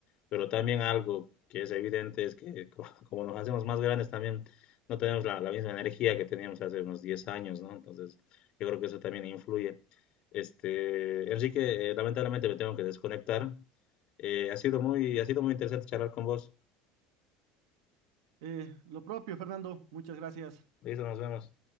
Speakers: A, on the left; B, on the right.
A: pero también algo que es evidente es que <laughs> co- como nos hacemos más grandes también no tenemos la, la misma energía que teníamos hace unos 10 años, ¿no? Entonces, yo creo que eso también influye. Este, Enrique, eh, lamentablemente me tengo que desconectar. Eh, ha sido muy, ha sido muy interesante charlar con vos.
B: Eh, lo propio, Fernando, muchas gracias.
A: Listo, nos vemos.